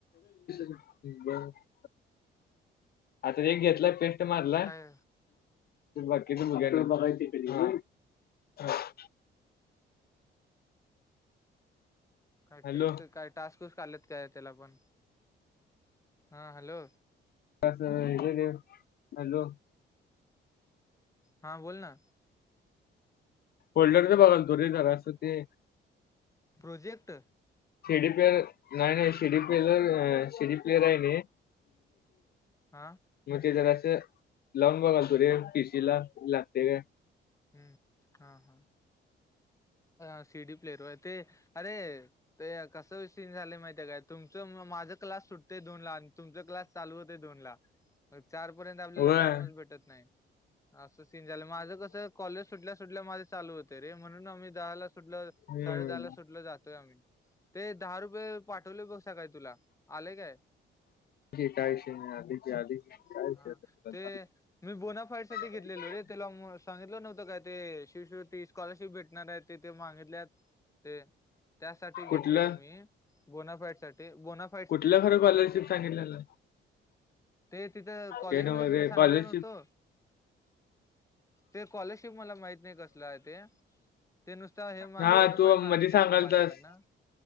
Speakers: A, on the left; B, on the left.
A: <inaudible> आता एक घेतलाय पेंट मारलाय
B: काय
A: बाकी मुग <inaudible>
B: काय
A: हॅलो
B: टेस्ट काय टास्कच काढलेत काय त्याला पण हा हॅलो
A: बस हे हॅलो <inaudible>
B: हां बोल ना
A: फल्डर तर बघा तो झालं असं ते
B: प्रोजेक्ट
A: शिडी प्लेयर नाही नाही शिडी प्लेर सिडी प्लेयर आहे
B: हां
A: मग ते जरा असं लावून बघाल तु रे पीसी ला लागते का
B: हम्म हा हा अ सिडी प्लेयर होय ते अरे ते कसं सीन झालय माहिती आहे काय तुमचं माझं क्लास सुटतोय दोन ला तुमचा क्लास - चालू होतय दोन ला ब चार पर्यंत आपल्याला
A: होय
B: टाइमच भेटत नाही असं सीन झालं माझं कसं कॉलेज सुटल्या सुटल्या माझे चालु होते रे म्हणुन आम्ही दहा ला सुटलं
A: हम्म
B: साडे दहा ला सुटलं जातोय आम्ही ते दहा रुपये पाठवले बघ सकाळी तुला आलय काय
A: फो काय विषय नाही आली जी आली काय
B: हा
A: विषय आता
B: ते मी बोनाफाईड साठी
A: <unintelligible>
B: घेतलेलो रे त्याला सांगितलं नव्हतं काय ते शिषुवती स्कॉलरशिप भेटणार आहेत ते ते मागितले आहेत ते त्यासाठी घेतलेलो
A: कुठलं
B: मी बोनाफॅट साठी बोनाफ
A: कुठलं खरं स्कॉलरशिप सांगितलेलं
B: ते तिथं कॉलेजमध्ये
A: ते नव्ह
B: तुला
A: रे
B: सांगलेल
A: स्कॉलरशिप
B: नव्हतं ते स्कॉलरशिप मला माहित नाही कस काय ते ते नुसत हे
A: हा
B: बोनाफाईट
A: तू
B: मागितलेल
A: मध्ये सांगालतास
B: माझ्याकडनं